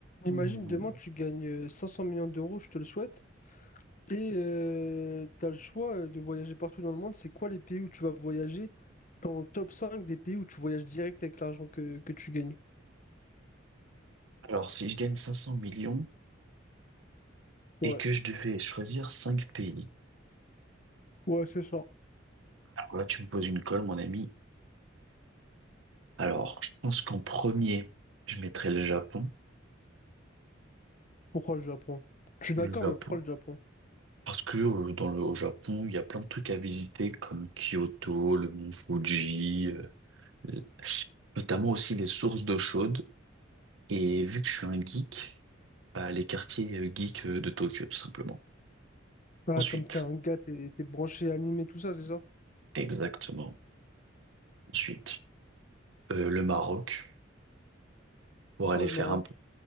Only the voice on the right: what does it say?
Hmm.
Alors, si je gagne 500 millions
et que je devais choisir 5 pays,
alors là, tu me poses une colle, mon ami. Alors, je pense qu'en premier, je mettrais le Japon.
Le
Japon.
Parce que euh, dans le, au Japon, il y a plein de trucs à visiter comme Kyoto, le mont Fuji, euh, le- notamment aussi les sources d'eau chaude. Et vu que je suis un geek, bah, les quartiers euh, geeks euh, de Tokyo, tout simplement.
Ensuite,
exactement. Ensuite, euh, le Maroc pour
aller
faire
un